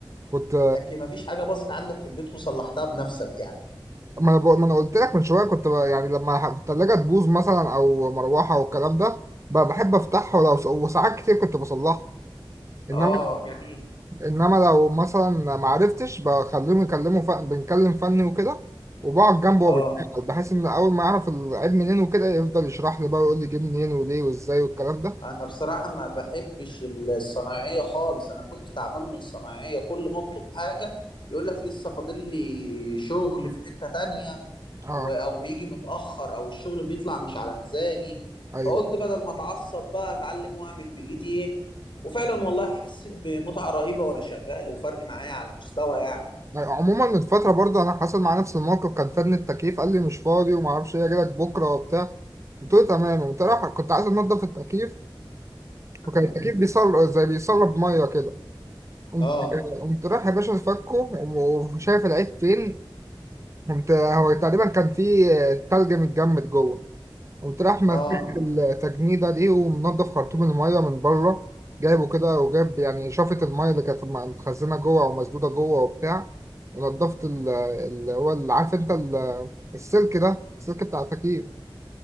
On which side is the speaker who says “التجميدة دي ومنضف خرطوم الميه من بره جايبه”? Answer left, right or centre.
Right